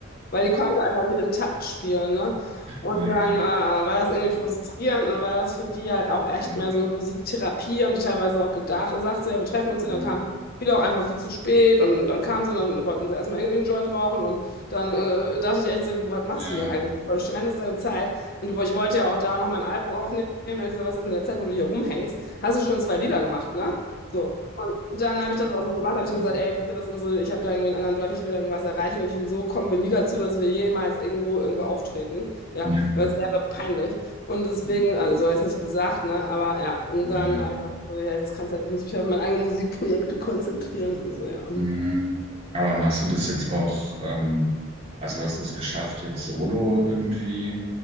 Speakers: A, on the left; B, on the right.
A: weil die konnte einfach nicht im Takt spielen, ne? Und
B: Ja, je.
A: dann äh, war das irgendwie
B: Hm,
A: frustrierend, dann war das für die halt auch echt
B: hm,
A: mehr so Musiktherapie, haben die teilweise auch gedacht, sagt so, ja, wir treffen uns
B: hm.
A: hier, dann kam viele auch einfach viel zu spät und dann kamen sie und dann wollten sie erstmal irgendwie einen Joint rauchen und dann äh, dachte ich echt so, was machst
B: Ja,
A: du hier
B: hm,
A: eigentlich? Du verschwendest deine Zeit und ich wollte ja auch da noch mein Album aufnehmen, und hab ich gesagt, was ist das in der Zeit, wo du hier rumhängst, hast du schon zwei Lieder gemacht, ne? So, und dann habe ich das auch so gemacht, habe
B: hm.
A: ich gesagt, ey, wisst ihr was, unsere, ich habe da irgendwie einen anderen Drive, ich will da irgendwas erreichen. Und ich, so kommen wir nie dazu, dass wir jemals irgendwo irgendwo auftreten, ja,
B: Ja, hm,
A: weil es wäre peinlich. Und deswegen,
B: hm.
A: also so habe ich es nicht gesagt, ne, aber ja, und
B: Ja.
A: dann habe ich gesagt, so, ja, jetzt kannst du halt, ich muss mich auf meine eigenen Musikprojekte konzentrieren und so, ja.
B: Mhm. Aber machst du das jetzt auch, ähm, also hast du es geschafft, jetzt solo irgendwie